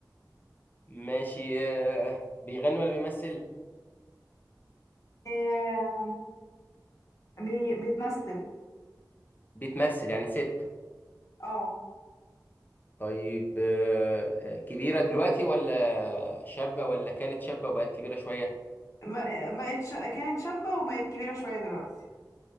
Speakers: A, on the left; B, on the left.
A: ماشي آه، بيغني ولا بيمثل
B: آه بي بتمثل
A: بتمثل يعني ست
B: اه
A: طيب آه، كبيرة دلوقتي ولا شابة ولا كانت شابة وبقت كبيرة شوية
B: م- بقت ش... كانت شابه وبقت كبيره شويه دلوقتي